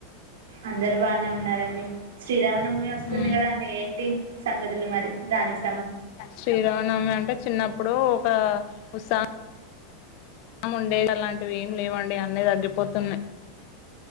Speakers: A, on the right; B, on the left.
A: అందరు బానే ఉన్ ఉన్నారండి శ్రీరామ నవమి వస్తుంది
B: మ్మ్
A: కదా అండి ఏంటి సంగతులు మరి దానిక్
B: శ్రీరామనవమి అంటే చిన్నప్పుడు ఒక ఉసా ముండే అలాంటివి ఏం లేవండి అన్ని తగ్గిపోతున్నాయి